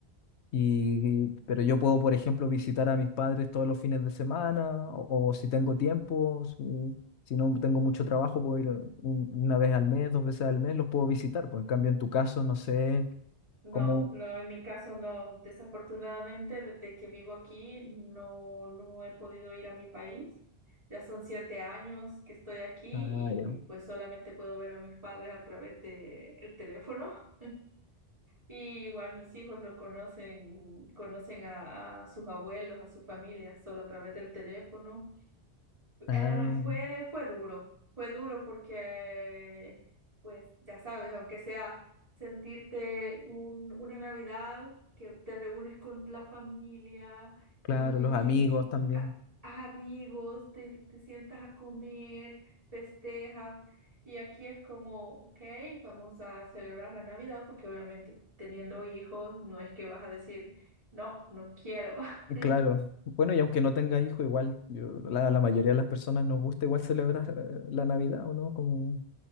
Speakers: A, on the left; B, on the right.
A: Y, y- pero yo puedo, por ejemplo, visitar a mis padres todos los fines de semana o, o si tengo tiempo, si, si no tengo mucho trabajo, puedo ir un- una vez al mes, dos veces al mes, los puedo visitar. Pues en cambio, en tu caso, no sé
B: No,
A: cómo...
B: no, en mi caso no. Desafortunadamente, desde que vivo aquí, no, no he podido ir a mi país. Ya son siete años que estoy aquí
A: Ah, ya.
B: y pues solamente puedo ver a mis padres a través de el teléfono. Y igual mis hijos lo conocen, conocen a, a sus abuelos, a su familia, solo a través del teléfono
A: Ah,
B: eh, fue, fue duro, fue duro porque, pues ya sabes, aunque sea sentirte un- una Navidad que te reúnes con la familia
A: claro,
B: y,
A: los amigos también.
B: y a- a amigos, te, te sientas a comer, festejas, y aquí es como, ok, vamos a celebrar la Navidad porque obviamente teniendo hijos no es que vas a decir, no, no quiero. <laughs>
A: Claro, bueno, y aunque no tenga hijo, igual yo, la, la mayoría de las personas nos gusta igual celebrar eh, la Navidad, ¿o no? Como